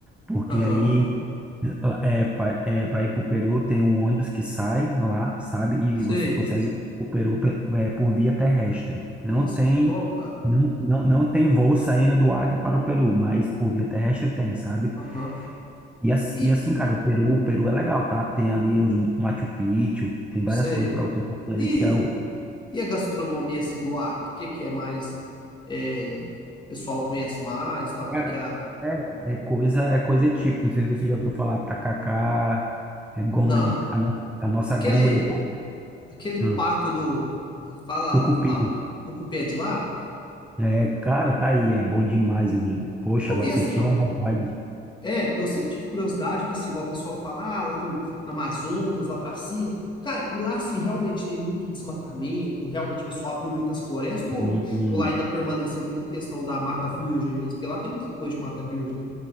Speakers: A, in the centre; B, on the left.
A: Porque
B: Aham,
A: aí, é, para é, para ir para o Peru, tem um ônibus que sai lá, sabe? E
B: sei.
A: você consegue ir o Peru pe- é, por via terrestre. Não
B: Nossa,
A: tem,
B: que top, cara.
A: não, não, não tem voo saindo do Acre para o Peru, mas por via terrestre tem, sabe?
B: Aham.
A: E assim,
B: E,
A: e assim, cara, o Peru, o Peru é legal, tá? Tem ali os Machu Picchu, tem várias
B: sei.
A: coisas para você fazer
B: E,
A: ali que é o
B: e a gastronomia, assim, do Acre? O que que é mais... É, o pessoal conhece mais, tal? O que
A: Cara,
B: que é a...
A: é, é coisa, é coisa típica. Não sei se você já ouviu falar tacacá, é goma
B: Não.
A: de a, no- a nossa
B: Aquele,
A: goma de ta-
B: aquele pato
A: hum,
B: do... Fala,
A: tucupi.
B: fala, do cupê de lá?
A: É, cara, tá aí, é bom demais, amigo. Poxa,
B: Oh,
A: agora
B: e
A: senti
B: assim, ó.
A: uma vontade.
B: É, eu sempre tive curiosidade, tipo assim, igual o pessoal fala, ah, lá no, no Amazonas, lá pra cima. Cara, e lá, assim, realmente tem muito desmatamento, realmente o pessoal abriu muitas florestas,
A: Sim,
B: ou, ou lá ainda permaneceu muita questão da mata virgem mesmo? Porque lá tem muita coisa de mata virgem, né?